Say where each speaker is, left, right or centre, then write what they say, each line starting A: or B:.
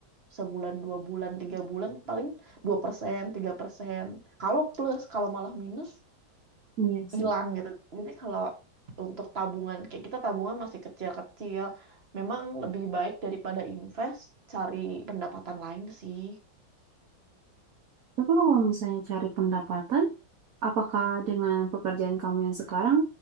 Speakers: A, on the right (about 35°); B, on the right (about 55°).
A: sebulan, dua bulan, tiga bulan, paling dua persen tiga persen Kalau plus, kalau malah minus,
B: Iya sih.
A: hilang gitu. Jadi kalau untuk tabungan, kayak kita tabungan masih kecil-kecil, memang lebih baik daripada invest, cari pendapatan lain sih.
B: Tapi kalau misalnya cari pendapatan, apakah dengan pekerjaan kamu yang sekarang,